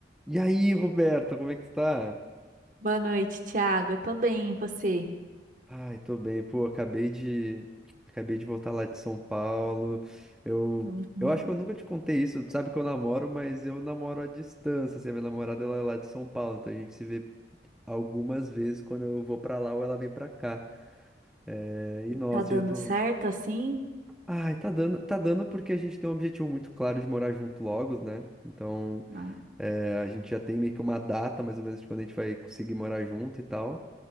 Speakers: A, in the centre; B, on the right (about 45°).
A: E aí, Roberta, como é que tu tá?
B: Boa noite, Thiago. Eu tô bem, e você?
A: Ai, tô bem, pô, acabei de acabei de voltar lá de São Paulo. Eu
B: Uhum.
A: eu acho que eu nunca te contei isso, tu sabe que eu namoro, mas eu namoro à distância, assim, a minha namorada ela é lá de São Paulo, então a gente se vê algumas vezes quando eu vou pra lá ou ela vem pra cá. É, e nossa,
B: Tá dando
A: eu tô
B: certo assim?
A: Ai, tá dando, tá dando porque a gente tem um objetivo muito claro de morar junto logo, né? Então,
B: Ah,
A: é, a gente já tem meio que uma data, mais ou menos, de quando a gente vai conseguir morar junto e tal.